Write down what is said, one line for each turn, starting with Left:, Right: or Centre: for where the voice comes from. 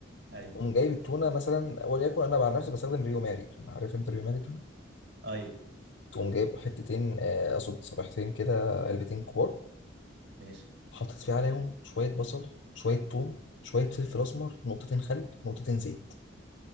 Right: ايوه
Left: تقوم جايب التونه مثلا وليكن انا عن نفسي بستخدم ريو ماري تونه عارف انت ريو ماري تونه
Right: ايوه
Left: تقوم جايب حتتين آه، اقصد صفيحتين كده علبتين كبار
Right: ماشي
Left: حاطط فيه عليهم شويه بصل شويه ثوم شويه فلفل اسمر نقطتين خل نقطتين زيت